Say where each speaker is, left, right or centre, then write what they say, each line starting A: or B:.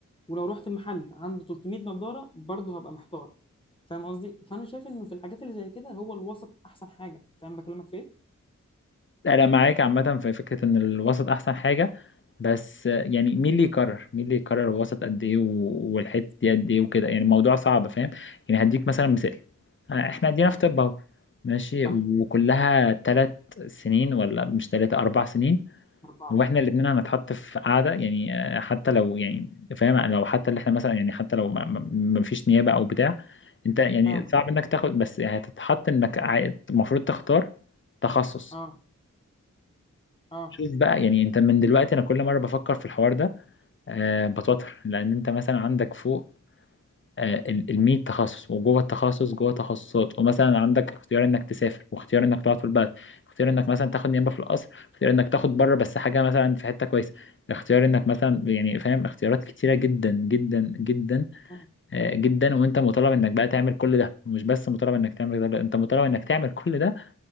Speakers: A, on the left; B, on the left.
A: ولو رحت المحل عنده 300 نضاره برضه هبقى محتار فاهم قصدي فانا شايف انه في الحاجات اللي زي كده هو الوسط احسن حاجه فاهم بكلمك في ايه
B: انا معاك عامة في فكرة ان الوسط احسن حاجة بس آه، يعني مين اللي يقرر مين اللي يقرر الوسط قد ايه و- والحتة دي قد ايه وكده يعني الموضوع صعب فاهم يعني هديك مثلا مثال آه، احنا ادينا
A: اه
B: في طب اهو ماشي
A: صح
B: وكلها تلات سنين ولا مش تلاتة أربع سنين
A: اربعه
B: هو احنا الاثنين هنتحط في قاعده يعني آه، حتى لو يعني فاهم لو حتى اللي احنا مثلا يعني حتى لو ما ما- ما فيش نيابه او بتاع انت يعني
A: فاهمه
B: صعب انك تاخد بس يعني هتتحط انك عاي- المفروض تختار تخصص
A: اه اه
B: شوف بقى يعني انت من دلوقتي انا كل مره بفكر في الحوار ده أه بتوتر لان انت مثلا عندك فوق آه، ال- المية تخصص وجوه التخصص جوه تخصصات ومثلا عندك اختيار انك تسافر واختيار انك تقعد في البلد اختيار انك مثلا تاخد نيابه في القصر اختيار انك تاخد بره بس حاجه مثلا في حته كويسه اختيار انك مثلا يعني فاهم اختيارات كتيره جدا جدا جدا
A: مم،
B: آه، جدا وانت مطالب انك بقى تعمل كل ده ومش بس مطالب انك تعمل ده لا، انت مطالب انك تعمل كل ده